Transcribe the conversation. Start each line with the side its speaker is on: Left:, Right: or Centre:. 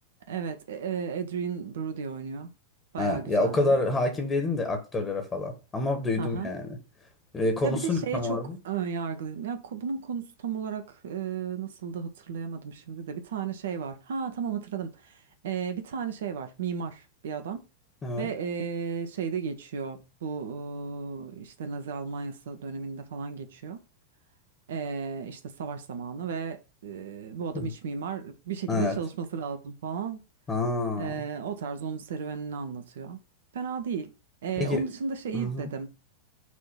Right: Evet, e, e, Adrien Brody oynuyor.
Left: Ha,
Right: Bayağı güzeldi.
Left: ya o kadar hakim değilim de aktörlere falan. Ama duydum
Right: Hı hı.
Left: yani. E, konusu
Right: Ya bir de şeye
Left: ne tam
Right: çok
Left: olarak?
Right: ön yargılıyım. Ya ko- bunun konusu tam olarak e, nasıl da hatırlayamadım şimdi de. Bir tane şey var. Ha tamam hatırladım. E, bir tane şey var. Mimar bir adam.
Left: Evet.
Right: Ve e, şeyde geçiyor. Bu e, işte Nazi Almanyası döneminde falan geçiyor. E, işte savaş zamanı ve e, bu adam
Left: Hı.
Right: iç mimar. Bir şekilde
Left: Evet.
Right: çalışması lazım falan.
Left: Ha.
Right: E, o tarz onun serüvenini anlatıyor. Fena değil. E,
Left: Peki.
Right: onun dışında şeyi
Left: Hı-hı.
Right: izledim.